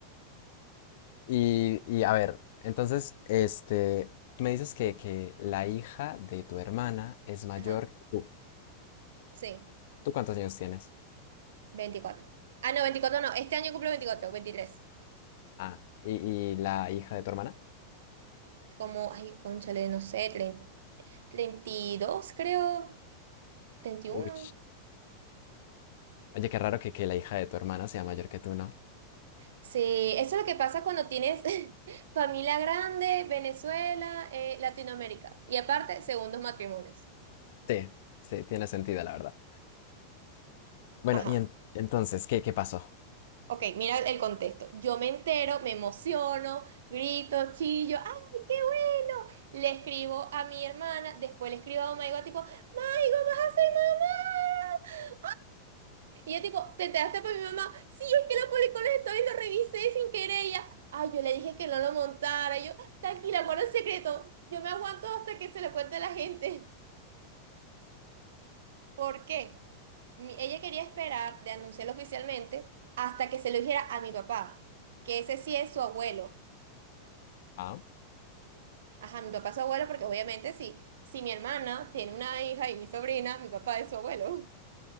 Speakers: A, on the left; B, on the right.
A: Y, y a ver, entonces, este, me dices que, que la hija de tu hermana es mayor
B: Ajá,
A: que tú.
B: sí,
A: ¿Tú cuántos años tienes?
B: veinticuatro Ah, no, 24 no, este año cumple veinticuatro veintitrés
A: Ah, ¿y, y la hija de tu hermana?
B: Como, ay, cónchale, no sé, treinta treinta y dos creo, treinta
A: Uy,
B: y uno
A: oye, qué raro que, que la hija de tu hermana sea mayor que tú, ¿no?
B: Sí, eso es lo que pasa cuando tienes <laughs> familia grande, Venezuela, eh, Latinoamérica y aparte, segundos matrimonios.
A: Sí, sí, tiene sentido, la verdad. Bueno,
B: Ajá.
A: y en- entonces, ¿qué, qué pasó?
B: Ok, mira el contexto. Yo me entero, me emociono, grito, chillo, ¡ay, qué bueno! Le escribo a mi hermana, después le escribo a Maigo tipo, ¡Maigo, vas a ser mamá! Y yo tipo, te enteraste por mi mamá, sí, es que lo publicó en las stories, lo revisé sin querer. Y ella, ay, yo le dije que no lo montara. Y yo, tranquila, guarda el secreto. Yo me aguanto hasta que se lo cuente a la gente. ¿Por qué? Mi- ella quería esperar de anunciarlo oficialmente hasta que se lo dijera a mi papá, que ese sí es su abuelo.
A: Ah,
B: Ajá, mi papá es su abuelo porque obviamente sí, si mi hermana tiene una hija y mi sobrina, mi papá es su abuelo.